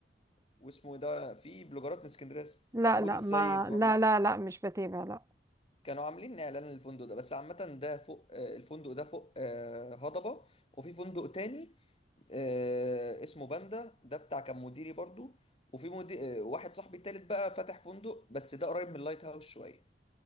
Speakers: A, on the left; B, on the right.
A: واسمه إيه ده في بلوجرات من اسكندرية اسمه
B: لا
A: محمود
B: لا
A: السيد
B: ما
A: و...
B: لا لا لا مش بتابع لا
A: كانوا عاملين اعلان للفندق ده بس عامة ده فوق آه، الفندق ده فوق آه، هضبة وفي فندق تاني آه، اسمه باندا ده بتاع كان مديري برضو وفي مدير واحد صاحبي التالت بقى فاتح فندق بس ده قريب من اللايت هاوس شوية